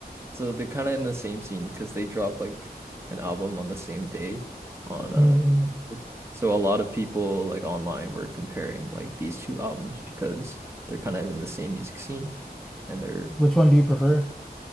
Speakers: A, on the right; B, in the centre.
A: So they're kind of in the same scene because they dropped like an album on the same day on uh.
B: Mm,
A: April 4th. So a lot of people like online were comparing like these two albums because they're kind of in the same music scene and they're
B: which one do you prefer?